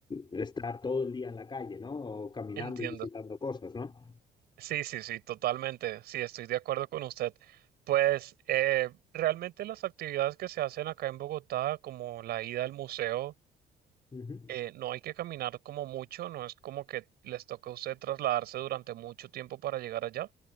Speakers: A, on the left (about 30°); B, on the right (about 70°).
A: estar todo el día en la calle, ¿no? O caminando
B: Entiendo.
A: y visitando cosas, ¿no?
B: Sí, sí, sí, totalmente. Sí, estoy de acuerdo con usted. Pues eh, realmente las actividades que se hacen acá en Bogotá, como la ida al museo,
A: Ujú,
B: eh, no hay que caminar como mucho, no es como que les toque a usted trasladarse durante mucho tiempo para llegar allá.